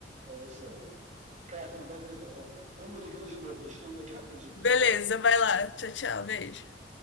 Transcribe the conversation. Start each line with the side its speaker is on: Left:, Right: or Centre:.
Right: É isso aí. Cara, tu não vai acreditar, Tom. Estão me ligando de novo, deixa eu entender aqui rapidinho,
Left: <laughs> beleza,
Right: já volto.
Left: vai lá. Tchau, tchau, beijo.